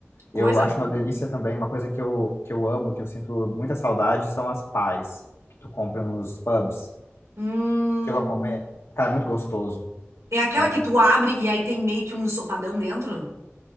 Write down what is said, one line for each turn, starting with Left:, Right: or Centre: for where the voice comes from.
Right: coisa
Left: Eu acho
Right: boa.
Left: uma delícia também, uma coisa que eu, que eu amo, que eu sinto muita saudade, são as pies que tu compra nos pubs.
Right: Hum.
Left: Chegou a comer? Cara, é muito gostoso.
Right: É aquela
Left: É,
Right: que tu abre e aí tem meio que um ensopadão dentro?